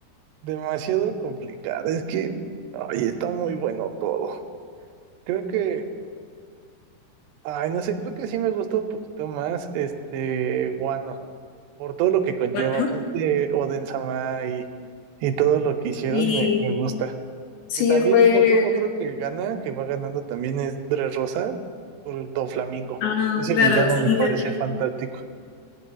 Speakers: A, on the right; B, on the left.
A: Demasiado complicado. Es que, ay, está muy bueno todo. Creo que, ay, no sé, creo que sí me gusta un poquito más este Guano, por todo lo que conlleva,
B: Bueno,
A: aparte Oden-sama y, y todo lo que hicieron
B: y
A: me, me gusta.
B: sí,
A: Que también
B: fue...
A: otro, otro que gana, que va ganando también es Rosa por Doflamingo.
B: Ah,
A: Ese
B: claro,
A: villano
B: sí,
A: me parece
B: de
A: fantástico.